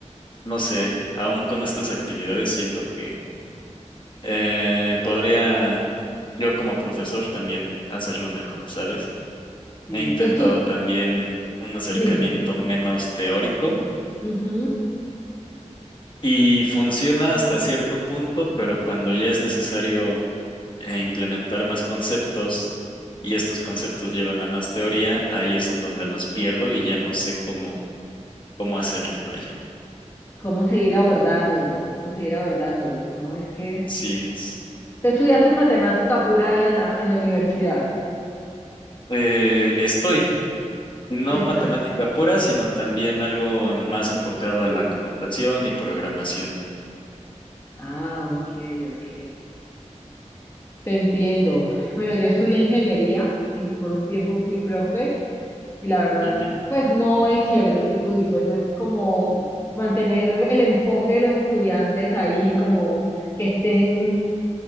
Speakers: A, on the left (about 40°); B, on the left (about 20°).
A: no sé, aún con estas actividades siento que eh, podría yo como profesor también hacerlo mejor, ¿sabes?
B: Sí,
A: He intentado
B: entonces tú,
A: también un acercamiento
B: dime,
A: menos teórico
B: ujú,
A: y funciona hasta cierto punto, pero cuando ya es necesario eh, implementar más conceptos y estos conceptos llevan a más teoría, ahí es en donde los pierdo y ya no sé cómo, cómo hacerle, vaya.
B: ¿Cómo seguir abordándolos? ¿Cómo seguir abordándolos? No, es que
A: Así es.
B: tú estudiaste en matemática pura en la, en la universidad.
A: Eh, estoy No
B: Esta-
A: matemática pura, sino también algo más enfocado a la computación y programación.
B: Ah, ok, ok. Te entiendo. Bueno, yo estudié ingeniería y por un tiempo fui profe y la verdad,
A: Ujú.
B: pues no es chévere lo que tú dices, es como mantener el enfoque de los estudiantes ahí, como que estén